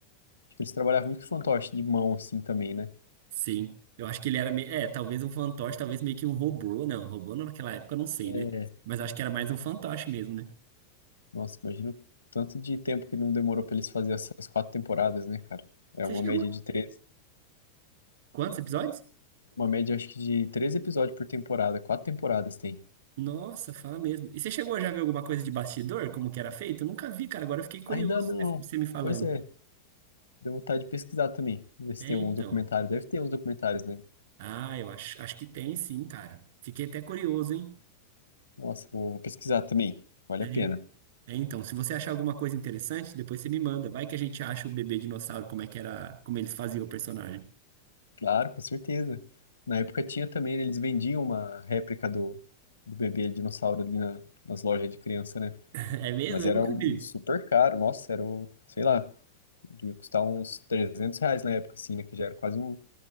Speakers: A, on the left; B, on the right.
A: acho que eles trabalhavam muito com fantoche de mão assim também, né?
B: Sim, eu acho que ele era, me- é, talvez um fantoche, talvez meio que um robô, não, robô não, naquela época, eu não sei,
A: É,
B: né? Mas acho que era mais um fantoche mesmo, né?
A: nossa, imagino o tanto de tempo que não demorou pra eles fazerem essas quatro temporadas, né, cara? É
B: Você
A: uma
B: chegou,
A: média de três,
B: quantos episódios?
A: uma média acho que de três episódios por temporada, quatro temporadas tem.
B: Nossa, fala mesmo. E você chegou a já ver alguma coisa de bastidor, como que era feito? Eu nunca vi, cara. Agora eu fiquei curioso
A: Ainda não.
B: você você me falando.
A: Pois é. Deu vontade de pesquisar também. Ver se
B: É,
A: tem
B: então.
A: alguns documentários. Deve ter uns documentários, né?
B: Ah, eu acho, acho que tem sim, cara. Fiquei até curioso, hein?
A: Nossa, vou, vou pesquisar também. Vale
B: Tem.
A: a pena.
B: É, então, se você achar alguma coisa interessante, depois você me manda. Vai que a gente acha o bebê dinossauro, como é que era, como eles faziam o personagem.
A: Claro, com certeza. Na época tinha também, né, eles vendiam uma réplica do, do bebê dinossauro ali na- nas lojas de criança, né?
B: <laughs> É mesmo?
A: Mas
B: Eu
A: era
B: nunca
A: o
B: vi.
A: super caro. Nossa, era o, sei lá, devia custar uns 300 reais na época, assim, né? Que já era quase um